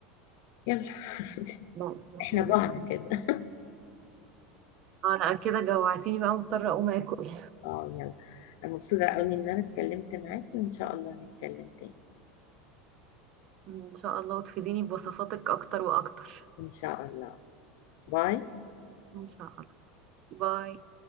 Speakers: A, on the left (about 65°); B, on the right (about 45°).
A: يلا <laughs>
B: لا بصراحة
A: احنا
B: ما
A: جوعنا
B: بحبش
A: كده
B: اه لا كده جوعتيني بقى مضطرة اقوم اكل
A: اه يلا أنا مبسوطة قوي إن أنا اتكلمت معاك وإن شاء الله نتكلم تاني
B: ان شاء الله وتفيديني بوصفاتك اكتر واكتر
A: إن شاء الله باي
B: ان شاء الله باي